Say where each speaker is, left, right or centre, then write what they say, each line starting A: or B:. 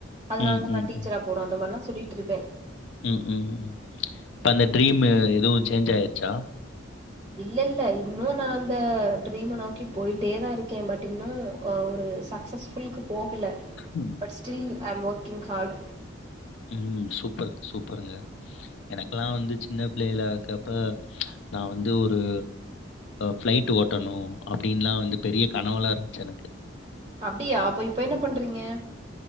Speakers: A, on the right; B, on the left.
A: அதனால
B: ம்,
A: தா
B: ம்,
A: நா டீச்சரா
B: ம்.
A: போனும் அந்த மாரிலாம் சொல்லிட்ருப்பே
B: ம் உம் உ உம் இப்ப அந்த ட்ரீம் எதுவு சேஞ்ச் ஆயிருச்சா
A: இல்ல இல்ல இன்னு நா அந்த ட்ரீம நோக்கி போயிட்டே தா ருக்கே பட் இன்னு ஒரு ச சக்சஸ்ஃபுல்க்கு போகல
B: ம்.
A: But still I'm working hard
B: um super சூப்பர்ங்க எனக்கெல்லா வந்துச்சு சின்ன பிள்ளைல இருக்கப்ப நா வந்து ஒரு பிளைட் ஓட்டணு அப்டின்லா வந்து பெரிய கனெவெல்லா இருந்ச்சு எனக்கு
A: அப்டியா அப்ப இப்ப என்ன பண்றீங்க